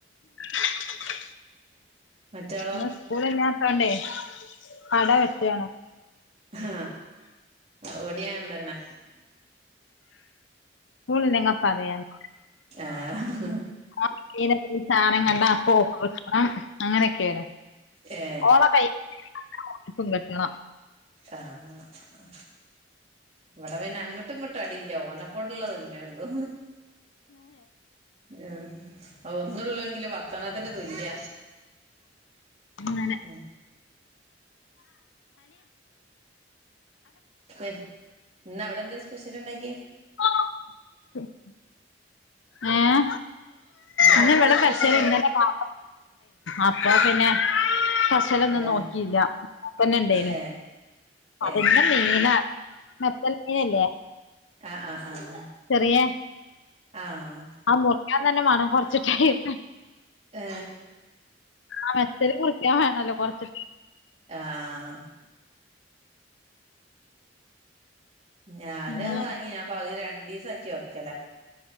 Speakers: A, on the left; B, on the right.
A: <inaudible>
B: മറ്റാളോ
A: ഇന്ന് സ്കൂളില്ലാത്തോണ്ടേ പടവെട്ടേണ്.
B: ആഹ ഇവിടിം അൻതന്നെ.
A: സ്കൂൾ ഇല്ല്യങ്കിൽ പറയണ്ട.
B: ഏഹ്
A: ഓൻ <unintelligible> സാനം കണ്ട അപ്പോ ഓൾക് കിട്ടണം. അങ്ങനെയൊക്കെണ്.
B: ഏ
A: ഓളെ കയ്യ് <unintelligible> ഓന്ക്കും കിട്ടണം.
B: ആഹ ആ. ഇവിടെ പിന്നെ അങ്ങോട്ടും ഇങ്ങോട്ടും അടിയില്ല. ഓനെക്കൊണ്ടുള്ള <unintelligible> മേയുള്ളു. ഏഹ് ഒന്ന്ള്ളൂ എങ്കിലും പത്തണത്തിന് തുല്യ.
A: അങ്ങനെ.
B: ഉം. ഹ് ഇന്നവിടെന്താ സ്പെഷ്യൽ ഇണ്ടാക്കിയേ?
A: <inaudible> ഏഹ്.
B: ഇന്ന് അവിടെ
A: ഇന്ന ഇവിടെ
B: എന്താ
A: സ്പെഷ്യല്
B: സ്പെഷ്യൽ ഉണ്ടാക്കി
A: <unintelligible> <unintelligible> ന്നു അപ്പൊ പിന്നെ ഫസ് റ്റലോന്നും
B: ഏ
A: നോക്കില്ല തന്നെ ഇണ്ടേനു
B: ഏ
A: അതന്നെ
B: ഏ
A: മീന തൽ മീനല്ലേ
B: ആഹ് ആഹ് ആഹ്
A: ചെറിയെ
B: ആഹ്
A: ആ മുക്കാൻ തന്നെ വേണം കൊറച്ച് ടൈം
B: ഏ
A: ആഹ് മെറ്റല് മുറിക്കാൻ വേണല്ലോ കൊറച്ച
B: ആഹ് ഞാന്
A: അങ്ങനെ
B: വാങ്ങി ഞാൻ പക രണ്ടിസാക്കി വെക്കല